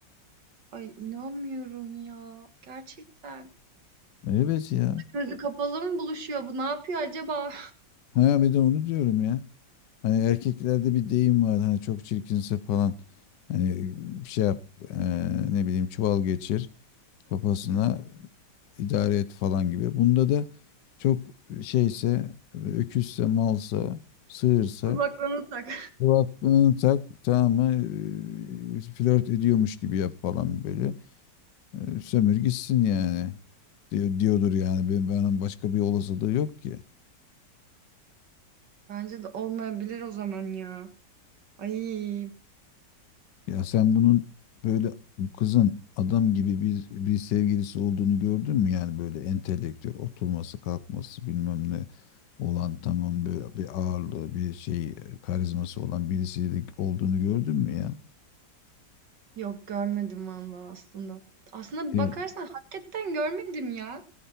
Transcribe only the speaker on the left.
Evet ya.
Ha bir de onu diyorum ya. Hani erkeklerde bir deyim var hani çok çirkinse falan hani bir şey yap eee, ne bileyim çuval geçir kafasına idare et falan gibi. Bunda da çok şeyse öküzse malsa sığırsa
kulaklığını tak tamam mı eee, flört ediyormuş gibi yap falan böyle Eee, sömür gitsin yani diyor, diyordur yani ben, ben başka bir olasılığı yok ki.
Ya sen bunun böyle bu kızın adam gibi bir, bir sevgilisi olduğunu gördün mü? Yani böyle entelektüel oturması kalkması bilmem ne olan tamam böyle bir ağırlığı bir şey e, karizması olan birisiyle olduğunu gördün mü ya?
E,